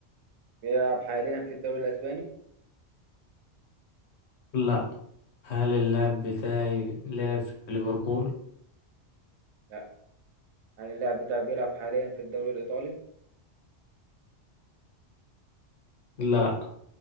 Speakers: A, on the right; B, on the left.
A: بيلعب حاليا في الدوري الأسباني؟
B: لا هل اللاعب بتاعي لعب في ليفربول؟
A: لا هل اللاعب بتاعي بيلعب حاليا في الدوري الإيطالي؟
B: لا